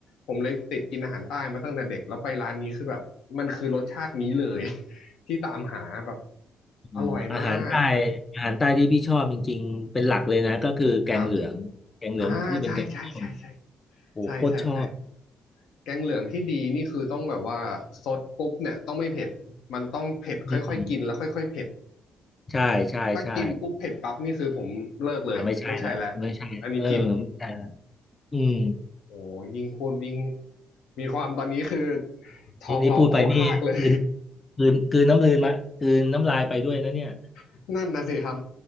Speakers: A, on the left; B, on the left.
A: ผมเลยติดกินอาหารใต้มาตั้งแต่เด็กแล้วไปร้านนี้คือแบบมันคือรสชาตินี้เลย <laughs> ที่ตามหาแบบ
B: เอออาหารใต้
A: อร่อยมาก
B: อาหารใต้ที่พี่ชอบจริงๆเป็นหลักเลยนะก็คือแกงเหลืองแกงเหลืองคือเป็นแกงส้ม
A: ครับอ่าใช่ใช่ใช่ใช่
B: โอ้โหโคตรชอบ
A: ใช่ใช่ใช่ แกงเหลืองที่ดีนี่คือต้องแบบว่าซดปุ๊บเนี่ยต้องไม่เผ็ดมันต้องเผ็ดค่อยๆกินแล้วค่อยๆเผ็ด
B: อืมใช่ใช่ใช่
A: ถ้ากินปุ๊บเผ็ดปั๊บนี่คือผมเลิกเลยไม่ใช่แล้ว
B: อ่าไม่ใช่แล้วไม่ใช่เออไม่ใช่และ
A: อันนี้ผิด
B: อืม
A: โอ้ยิ่งพูดยิ่งมีความตอนนี้คือท้องร้องโคกคากเลย
B: นี่นี่พูดไปนี่กลืนกลืนกลืนน้ำลายมากลืนน้ำลายไปด้วยนะเนี่ย
A: <laughs> นั่นนะสิครับ